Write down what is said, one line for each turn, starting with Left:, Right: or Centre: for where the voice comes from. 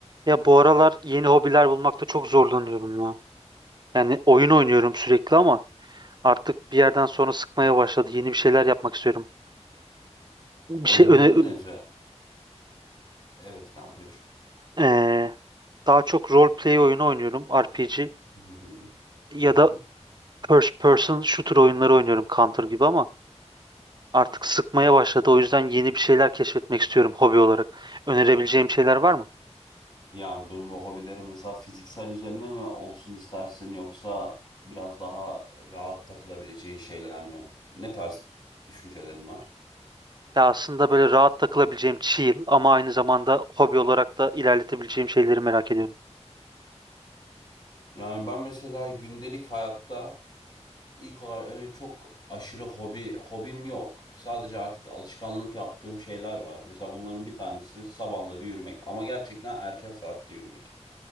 Right: Ya bu aralar yeni hobiler bulmakta çok zorlanıyorum ya. Yani oyun oynuyorum sürekli ama artık bir yerden sonra sıkmaya başladı. Yeni bir şeyler yapmak istiyorum. Bir
Left: Oyunların
Right: şey öne
Left: ne üzerine? Evet kan buyur.
Right: eee, daha çok role play oyunu oynuyorum, RPG
Left: Hı hı.
Right: ya
Left: Hı hı.
Right: da first person shooter oyunları oynuyorum Counter gibi ama artık sıkmaya başladı. O yüzden yeni bir şeyler keşfetmek istiyorum hobi olarak. Önerebileceğim şeyler var mı?
Left: Yani bunun bu hobileri mesela fiziksel üzerine mi olsun istersin yoksa biraz daha rahat takılabileceği şeyler mi? Ne tarz düşüncelerin var?
Right: Ya aslında böyle rahat takılabileceğim chill ama aynı zamanda hobi olarak da ilerletebileceğim şeyleri merak ediyorum.
Left: Yani ben mesela gündelik hayatta İlk olarak öyle çok aşırı hobi hobim yok. Sadece artık alışkanlık yaptığım şeyler var. Mesela bunların bir tanesi sabahları yürümek ama gerçekten erken saatte yürümek.